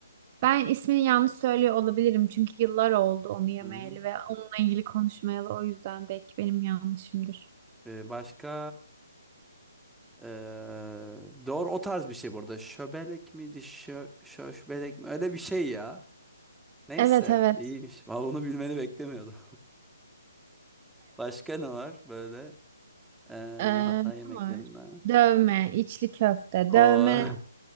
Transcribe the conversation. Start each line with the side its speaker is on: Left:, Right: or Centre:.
Right: ben ismini yanlış söylüyor olabilirim çünkü yıllar oldu onu yemeyeli
Centre: Hı hı.
Right: ve onunla ilgili konuşmayalı o yüzden belki benim yanlışımdır.
Centre: Ee, başka ee, doğru o tarz bir şey burada. Şöbelek miydi? Şö, şöşbelek mi? Öyle bir şey ya. Neyse
Right: Evet evet.
Centre: iyiymiş. Vallahi bunu bilmeni beklemiyordum. <laughs> Başka ne var böyle ee,
Right: Ee,
Centre: Hatay
Right: ne
Centre: yemeklerinden?
Right: var? Dövme, içli köfte,
Centre: O
Right: dövme.
Centre: <laughs>